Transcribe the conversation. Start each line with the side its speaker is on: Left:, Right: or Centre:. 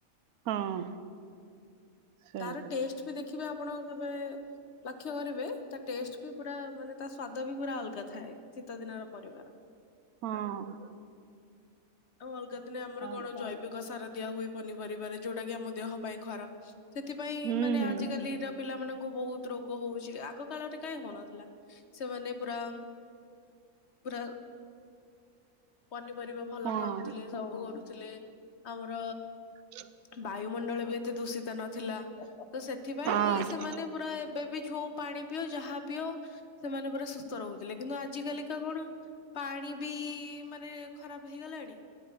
Right: ହଁ। ସେଇଆ
Left: ତାର ଟେଷ୍ଟ ବି ଦେଖିବେ ଆପଣ କେବେ ଲକ୍ଷ୍ୟ କରିବେ, ତା ଟେଷ୍ଟ ବି ପୁରା ମାନେ ତା ସ୍ଵାଦ ବି ପୁରା ଅଲଗା ଥାଏ। ଶୀତ ଦିନର ପରିବା ର।
Right: ହଁ।
Left: ଆଉ ଅଲଗା ଦିନେ ଆମର
Right: ଆଉ
Left: କଣ ଜୈବିକ ସାର ଦିଆ ହୁଏ। ପନିପରିବାରେ ଯୋଉଟା କି ଆମ ଦେହ ପାଇଁ ଖରାପ। ସେଥିପାଇଁ
Right: ହୁଁ
Left: ମାନେ
Right: ହୁଁ
Left: ଆଜିିକାଲିର ପିଲାମାନଙ୍କୁ ବହୁତ ରୋଗ ହଉଚି। ଆଗ କାଳରେ କାଇଁ ହଉନଥିଲା? ସେମାନେ ପୁରା ପୁରା ପନିପରିବା ଭଲ
Right: ହଁ
Left: ଖାଉଥିଲେ, ସବୁ କରୁଥିଲେ ଆମର
Right: <inaudible>
Left: ବାୟୁମଣ୍ଡଳ ବି ଏତେ ଦୂଷିତ ନଥିଲା। ତ ସେଥିପାଇଁ
Right: ହଁ
Left: ସେମାନେ ପୁରା ଏବେ ବି ଯୋଉ ପାଣି ପିଅ ଯାହା ପିଅ ସେମାନେ ପୁରା ସୁସ୍ଥ ରହୁଥିଲେ। କିନ୍ତୁ ଆଜି କାଲିକା କଣ ପାଣି ବି ମାନେ ଖରାପ ହେଇଗଲାଣି।